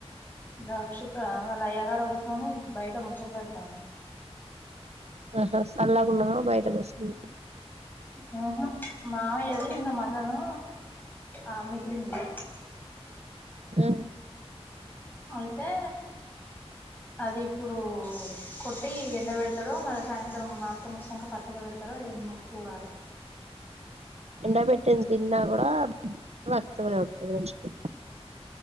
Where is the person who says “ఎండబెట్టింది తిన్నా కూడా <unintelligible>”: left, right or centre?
Right